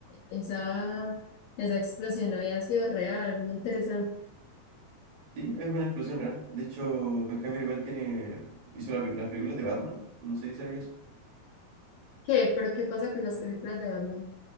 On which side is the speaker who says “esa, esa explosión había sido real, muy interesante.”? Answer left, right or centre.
Left